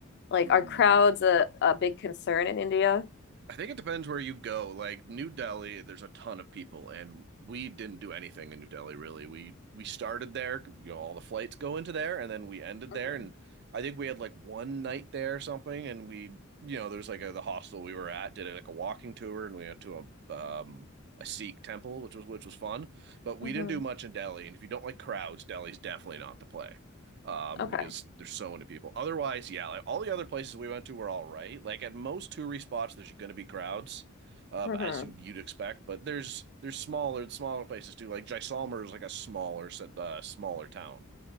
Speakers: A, on the left; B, on the right.
A: Like
B: Hmm.
A: are crowds a, a big concern in India?
B: I think it depends where you go. Like New Delhi, there's a ton of people, and we didn't do anything in New Delhi really. We we started there, you know, all the flights go into there, and then we ended
A: hmm
B: there. And I think we had like one night there or something, and we, you know, there was like a, the hostel we were at did like a walking tour, and we went to a um a Sikh temple, which was which was fun. But we
A: hmm
B: didn't do much in Delhi, and if you don't like crowds, Delhi's definitely not the play um,
A: Okay.
B: because there's so many people. Otherwise, yeah, like, all the other places we went to were all right. Like at most touristy spots, there's going to be crowds, uh,
A: hmm
B: as you you'd expect. But there's there's smaller smaller places too. Like Jaisalmer is like a smaller uh, smaller town.